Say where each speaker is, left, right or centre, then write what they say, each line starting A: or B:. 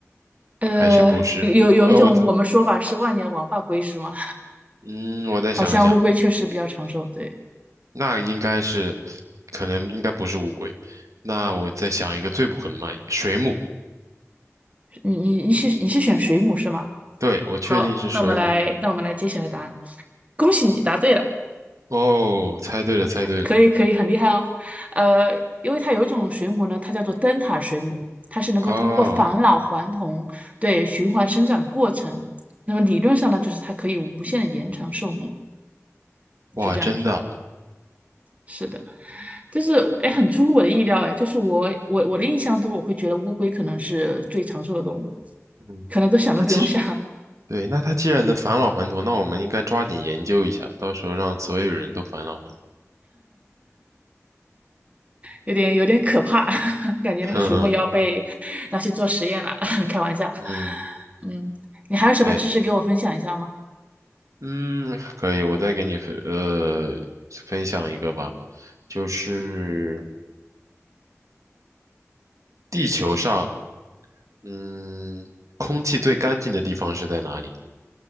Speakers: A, on the right; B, on the right.
A: 呃，
B: 还是不是？
A: 有有有一种我们说法是万年王八龟，
B: 呃，我再
A: 是吗？
B: 嗯，我再想一想，
A: 好像乌龟确实比较长寿。对，
B: 那应该是，可能应该不是乌龟，那我再想一个最不可能嘛，水母，
A: 你你你是你是选水母是吗？
B: 对，我确定是水母。
A: 好，那我们来那我们来揭晓一答案。恭喜你答对了，
B: 哦，猜对了，猜对了。
A: 可以可以，很厉害哦。呃，因为它有一种水母呢，它叫做灯塔水母，它是能够通过返老还童对循环生长的过程。
B: 啊！
A: 那么理论上呢，就是它可以无限的延长寿命，
B: 哇，
A: 是这样子。
B: 真的。
A: 是的，就是哎，很出乎我的意料哎，就是我我我的印象中，我会觉得乌龟可能是最长寿的动物，
B: 嗯，
A: 可能都想都不用想。
B: 那其实对，那他既然能返老还童，那我们应该抓紧研究一下，到时候让所有人都返老还童。
A: 有点有点可怕，<laughs> 感觉那个水母要被拿去做实验了。
B: <laughs> 哼哼，
A: <laughs> 开玩笑，
B: <laughs> 嗯，
A: 嗯，你还有什么知识给我分享一下吗？
B: 对，嗯，可以，我再给你分呃分享一个吧，就是地球上，嗯，空气最干净的地方是在哪里